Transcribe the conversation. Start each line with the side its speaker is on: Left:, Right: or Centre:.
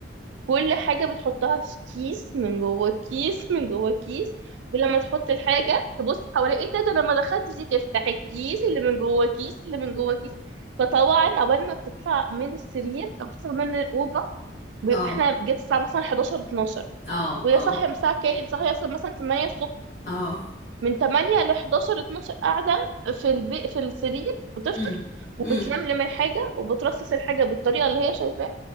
Right: كل حاجة بتحطها في كيس من جوه الكيس من جوه الكيس ولما تحط الحاجة تبص حواليها ايه ده ده انا ما دخلتش دي تفتح الكيس اللي من جوه كيس اللي من جوه كيس فطبعا اول ما بتطلع من السرير او بتطلع من الأوضة بيبقى
Left: اه
Right: احنا جت الساعة مثلا 11 12
Left: اه
Right: وهي
Left: اه
Right: صاحية من الساعة كام؟ صاحية مثلا مثلا 8 الصبح
Left: اه
Right: من 8 ل 11 12 قاعدة في البي... في السرير بتفطر
Left: امم
Right: وبتلملم
Left: امم
Right: الحاجة وبترصص الحاجة بالطريقة اللي هي شايفاها